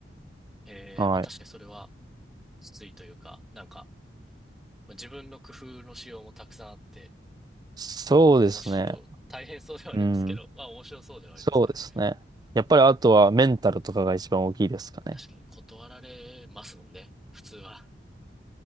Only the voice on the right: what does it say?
はい。
そうですね。
うん。
そうですね。やっぱりあとはメンタルとかが一番大きいですかね。